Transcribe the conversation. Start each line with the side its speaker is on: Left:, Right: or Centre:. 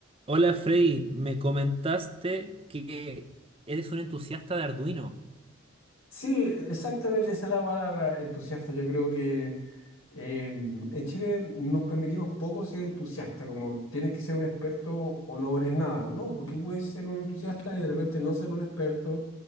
Right: Hola Freddy, me comentaste que eres un entusiasta de Arduino.
Left: Sí, exactamente esa es la palabra, entusiasta. Yo creo que eh, en Chile nos permitimos poco ser entusiasta, como tienes que ser un experto o no eres nada. No, pues tú puedes ser un entusiasta y de repente no ser un experto,